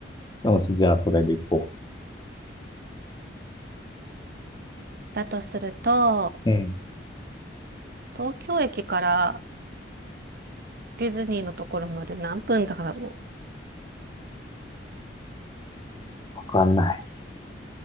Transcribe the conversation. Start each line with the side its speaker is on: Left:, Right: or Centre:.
Left: とよし、じゃあそれで行こ
Right: だとすると、
Left: う。うん。
Right: 東京駅からディズニーのところまで何分だろ
Left: わかんない。